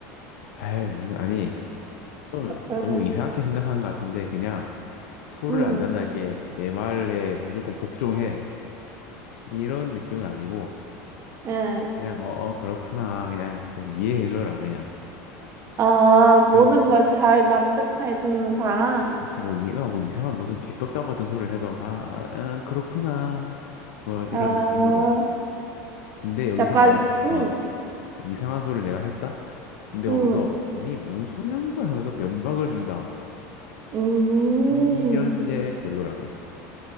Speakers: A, on the left; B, on the right.
A: 에이, 무슨, 아니, 또
B: 응.
A: 너무 이상하게 생각한 것 같은데, 그냥 토를
B: 음,
A: 안 단다는 게 내 말에 무조건 복종해. 이런 느낌은 아니고,
B: 예.
A: 그냥, 어, 어, 그렇구나. 그냥 좀 이해해줘라, 그냥.
B: 아, 모든
A: 그런 느낌.
B: 걸 잘 납득해주는 사람.
A: 그렇지, 뭐, 이가 뭐 이상한 무슨 개벽다구 같은 소리를 해도, 아, 아, 아, 그렇구나. 뭐
B: 아,
A: 이런 느낌으로. 근데 여기서
B: 약간,
A: 만약
B: 음,
A: 어 이상한 소리를 내가 했다? 근데
B: 음,
A: 거기서 아니 뭔 소리 하는 거야 하면서 면박을 준다.
B: 음.
A: 이런 게 별로란 거지.